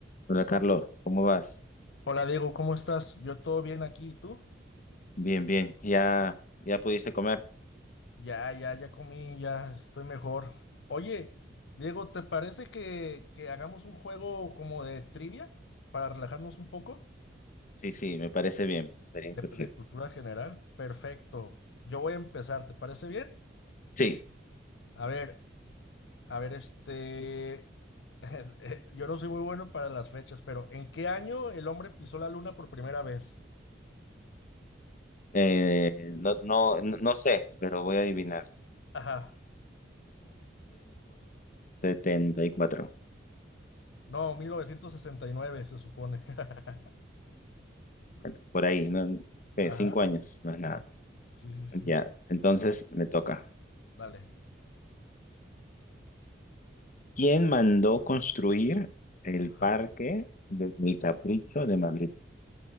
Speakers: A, on the left; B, on the left.
A: Hola Carlos, ¿cómo vas?
B: Hola Diego, ¿cómo estás? Yo todo bien aquí, ¿y tú?
A: Bien, bien. ¿Ya, ya pudiste comer?
B: Ya, ya, ya comí, ya estoy mejor. Oye, Diego, ¿te parece que, que hagamos un juego como de trivia para relajarnos un poco?
A: Sí, sí, me parece bien. Sería perfecto.
B: De, de cultura general. Perfecto. Yo voy a empezar, ¿te parece bien?
A: Sí,
B: A ver, a ver, este... <laughs> es- eh, Yo no soy muy bueno para las fechas, pero ¿en qué año el hombre pisó la luna por primera vez?
A: eh, no, no, no no sé, pero voy a adivinar.
B: Ajá.
A: 1974.
B: No, 1969 se supone. <laughs>
A: Bueno, por ahí, ¿no? ¿Qué?
B: Ajá.
A: Cinco años, no es nada.
B: Sí, sí, sí.
A: Ya, entonces me toca.
B: Dale.
A: ¿Quién mandó construir el
B: Ajá.
A: parque del Capricho de Madrid?